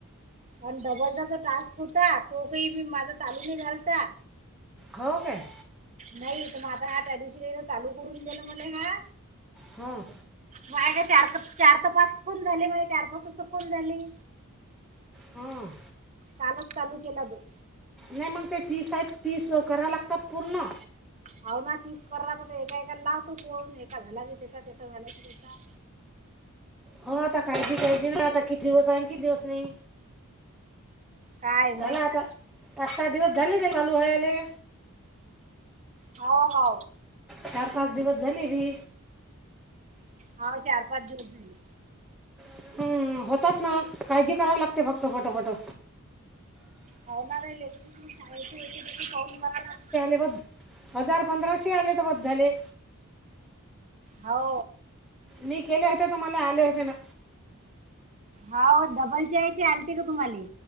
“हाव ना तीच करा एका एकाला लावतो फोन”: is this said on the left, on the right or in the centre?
Right